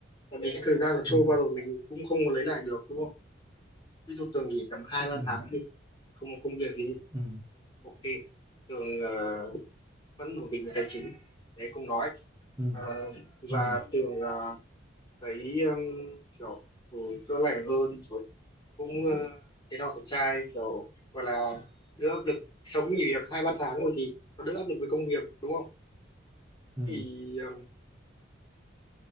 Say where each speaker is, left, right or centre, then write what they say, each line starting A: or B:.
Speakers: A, on the left; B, on the right.
A: tại vì cái thời gian nó trôi
B: ừ
A: qua rồi mình cũng không có lấy lại được đúng không ví dụ Tường nghỉ tầm hai ba
B: ừ
A: tháng thì không có công việc gì
B: ừ
A: ok Tường ờ, vẫn ổn định về tài chính đấy không nói
B: ừ
A: À,
B: ừ
A: và Tường à, thấy um, kiểu ừ, chữa lành hơn rồi cũng uh, thế nào thì trai kiểu gọi là đỡ áp lực sau khi nghỉ việc hai ba tháng rồi thì nó đỡ áp lực với công việc đúng không
B: ừ
A: thì um,